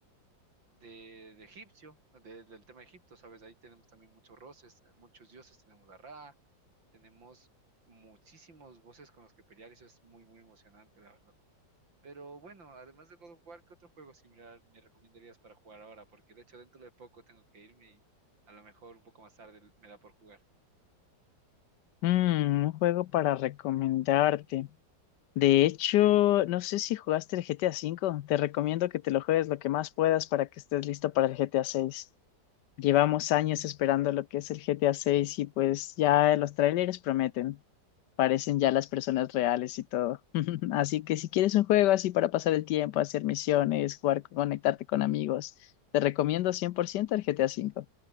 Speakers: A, on the right; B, on the left.
A: de, de egipcio, de- del tema de Egipto, ¿sabes? Ahí tenemos también muchos roces, muchos dioses, tenemos a Ra, tenemos muchísimos voces con los que pelear, eso es muy, muy emocionante, la verdad. Pero bueno, además de God of War, ¿qué otro juego similar me recomendarías para jugar ahora? Porque de hecho dentro de poco tengo que irme y a lo mejor un poco más tarde me da por jugar.
B: Mm, un juego para recomendarte. De hecho, no sé si jugaste el GTA cinco. Te recomiendo que te lo juegues lo que más puedas para que estés listo para el GTA seis. Llevamos años esperando lo que es el GTA seis y pues ya los trailers prometen. parecen ya las personas reales y todo. <laughs> Así que si quieres un juego así para pasar el tiempo, hacer misiones, jugar, conectarte con amigos, te recomiendo 100% el GTA V.